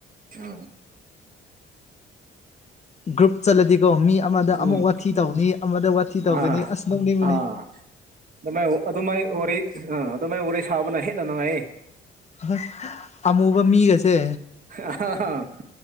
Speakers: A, on the right; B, on the left.
A: ꯎꯝ
B: ꯒ꯭ꯔꯨꯞ ꯆꯠꯂꯗꯤꯀꯣ ꯃꯤ ꯑꯃꯗ
A: ꯎꯝ
B: ꯑꯃꯨꯛ ꯋꯥꯊꯤ ꯇꯧꯅꯤ ꯑꯃꯗ ꯋꯥꯊꯤ ꯇꯧꯒꯅꯤ
A: ꯑꯥ
B: ꯑꯁ ꯅꯧꯅꯤꯡꯕꯅꯤ
A: ꯑꯥ ꯑꯗꯨꯃꯥꯏ ꯑꯗꯨꯃꯥꯏ ꯋꯥꯔꯤ ꯑ ꯑꯗꯨꯃꯥꯏ ꯋꯥꯔꯤ ꯁꯥꯕꯅ ꯍꯦꯟꯅ ꯅꯨꯡꯉꯥꯏ
B: ꯑ ꯑꯃꯨꯕ ꯃꯤꯒꯁꯦ
A: ꯑꯥ